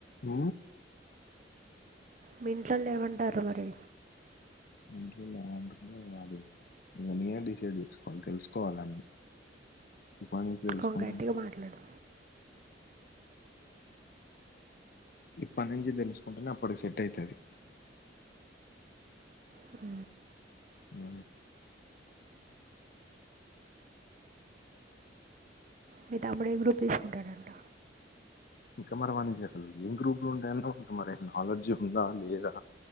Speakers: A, on the left; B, on the right.
A: అ
B: మీ ఇంట్లోళ్ళు ఏమంటారు మరి
A: ఇంట్లోలు ఏమంటారో అది ఇగ నేనే డిసైడ్ చేసుకోవాలి తెలుసుకోవాలి అన్ని ఇప్పటి నుంచి తెలుసుకుంటానే
B: ఓ గట్టిగా మాట్లాడు
A: ఇప్పటి నుంచి తెలుసుకుంటేనే అప్పటికి సెట్ అయితది
B: ఉ
A: అ
B: మీ తమ్ముడు ఏ గ్రూప్ తీసుకుంటాడంట
A: ఇంకా మన వానికి అసలు ఏ గ్రూప్ లో ఉంటాయనో ఇంక మరి నాలెడ్జ్ ఉందా లేదా